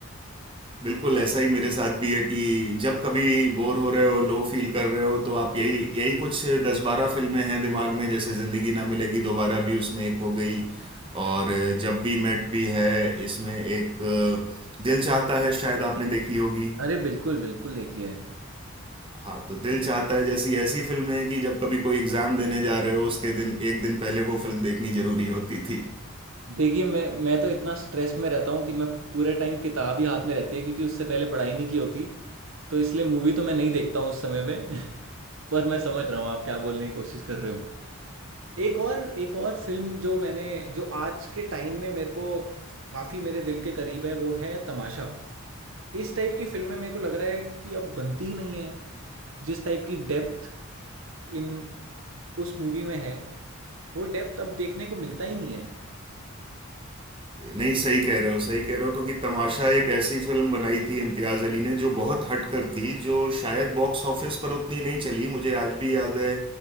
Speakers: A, on the right (about 25°); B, on the right (about 70°).
A: बिल्कुल ऐसा ही मेरे साथ भी है कि जब कभी बोर हो रहे हो लो फील कर रहे हो तो आप यही यही कुछ दस बारह फिल्में हैं दिमाग में जैसे ज़िंदगी ना मिलेगी दोबारा भी उसमें एक हो गई और जब वी मेट भी है इसमें एक दिल चाहता है शायद आपने देखी होगी
B: अरे बिल्कुल बिल्कुल देखिए
A: हाँ तो दिल चाहता है जैसी ऐसी फिल्में हैं कि जब कभी कोई एग्ज़ाम देने जा रहे हो उसके दिन एक दिन पहले वो फिल्म देखनी ज़रूरी होती थी
B: देखिए मैं मैं तो इतना स्ट्रेस में रहता हूँ कि मैं पूरे टाइम किताब ही हाथ में रहती है क्योंकि उससे पहले पढ़ाई नहीं की होती तो इसलिए मूवी तो मैं नहीं देखता हूँ उस समय पे <laughs> पर मैं समझ रहा हूँ आप क्या बोलने की कोशिश कर रहे हो एक और एक और फिल्म जो मैंने जो आज के टाइम में मेरे को काफ़ी मेरे दिल के करीब है वो है तमाशा इस टाइप की फिल्में मेरे को लग रहा है कि अब बनती ही नहीं है जिस टाइप की डेप्थ इन उस मूवी में है वो डेप्थ अब देखने को मिलता ही नहीं है
A: नहीं सही कह रहे हो सही कह रहे हो क्योंकि तमाशा एक ऐसी फिल्म बनाई थी इम्तियाज़ अली ने जो बहुत हट कर थी जो शायद बॉक्स ऑफिस पर उतनी नहीं चली मुझे आज भी याद है